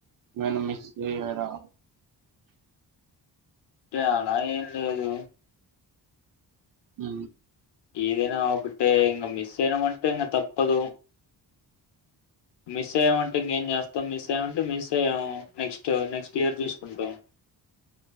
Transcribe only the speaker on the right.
నన్ను మిస్ అయ్యారా
హు